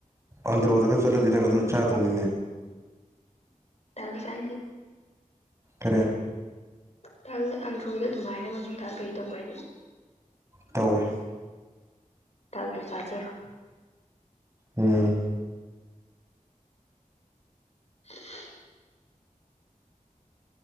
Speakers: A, on the right (about 20°); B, on the left (about 50°).
A: ꯑꯟꯗ꯭ꯔꯣꯗꯒ ꯆꯠꯂꯗꯤ ꯅꯪ ꯑꯗꯨ ꯆꯥꯗꯧꯅꯤꯅꯦ
B: ꯇꯜꯂꯤ ꯆꯥꯅꯤꯡꯗꯦ
A: ꯀꯔꯦ
B: ꯇꯜꯂꯦ ꯑꯟꯗ꯭ꯔꯣꯗ ꯑꯗꯨꯃꯥꯏꯅ ꯃꯆꯨ ꯊꯥꯛꯇꯕꯤ ꯇꯧꯕ꯭ꯔ ꯍꯥꯏꯖꯦ
A: ꯇꯧꯋꯦ
B: ꯇꯜꯂꯤ ꯆꯥꯖꯔꯣꯏ
A: ꯎꯝ
B: <unintelligible>